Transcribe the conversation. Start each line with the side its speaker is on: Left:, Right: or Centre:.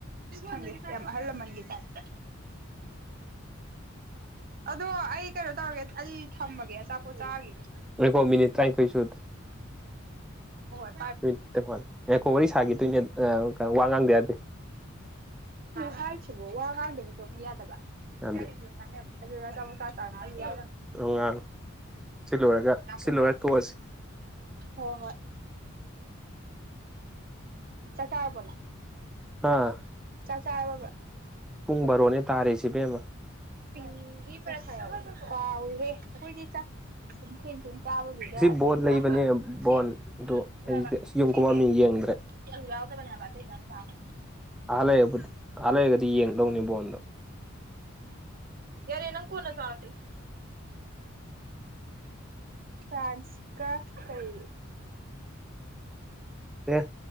Right: ꯍꯪꯦ ꯔ ꯍꯜꯂ ꯃꯟꯒꯤ ꯇꯥꯏꯗ ꯑꯗꯣ ꯑꯩ ꯀꯩꯅꯣ ꯇꯧꯔꯒꯦ ꯑꯩ ꯊꯝꯃꯒꯦ ꯑꯆꯥꯄꯣꯠ ꯆꯥꯒꯤꯗꯤ
Centre: ꯑꯩꯀꯣ ꯃꯤꯅꯤꯠ ꯇꯥꯏ ꯀꯣꯏ ꯁ
Right: ꯍ
Centre: ꯅꯨꯠ ꯈꯤꯇꯪꯅꯤ ꯑꯦꯈꯣꯏ ꯋꯥꯔꯤ ꯁꯥꯈꯤꯦ ꯇꯣꯏꯅꯦ ꯋꯥ ꯉꯥꯡꯗꯦ ꯌꯥꯗꯦ
Right: ꯍꯥꯏꯁꯤꯕꯨ ꯋꯥ ꯉꯥꯡꯗ ꯆꯣꯡꯕ ꯌꯥꯗꯕ
Centre: ꯌꯥꯗꯦ
Right: ꯑꯗꯨ ꯑꯗꯨ ꯆꯣꯁ ꯁꯉ ꯖ
Centre: ꯉꯥꯡ ꯁꯤ ꯂꯣꯏꯔꯒ ꯁꯤ
Right: ꯀꯔ
Centre: ꯂꯣꯏꯔ ꯇꯣꯛꯑꯁꯤ
Right: ꯍꯣꯏ ꯍꯣꯏ ꯆꯥꯛꯀꯥꯔꯕꯣꯅ
Centre: ꯑꯥ
Right: ꯆꯥꯛ ꯆꯥꯕꯥ
Centre: ꯄꯨꯡ ꯕꯥꯔꯣꯅꯦ ꯇꯥꯔꯦꯁꯤꯕꯦꯝꯃ
Right: ꯀꯍꯦꯣꯏ ꯆ ꯆ ꯆꯥꯕꯗꯨꯗ
Centre: ꯉꯁꯤ ꯕꯣꯜ
Right: ꯈꯔꯝꯕ
Centre: ꯂꯩꯕꯅꯦ ꯕꯣꯜ
Right: ꯁꯤ
Centre: ꯑꯗꯨ
Right: ꯈꯔ
Centre: ꯑꯩꯁꯦ ꯌꯨꯝ
Right: ꯁꯤ
Centre: ꯀꯨꯝꯃꯝꯅꯤ
Right: ꯀꯩ
Centre: ꯌꯦꯡꯗ꯭ꯔꯦ
Right: ꯆꯠꯂꯨꯎꯗꯕꯅꯦꯕ ꯑꯇꯩꯗꯪ ꯆꯥꯕꯗꯦ
Centre: ꯑꯍ ꯂꯩꯗꯤ ꯑꯜ ꯂꯩꯔꯒꯗꯤ ꯌꯦꯡꯗꯧꯅꯤ ꯕꯣꯟꯗ
Right: ꯌꯥꯔꯦ ꯅꯪ ꯀꯅ ꯆꯦꯣ ꯐ꯭ꯔꯥꯟꯁ ꯀ ꯀꯩꯣ
Centre: ꯑꯦ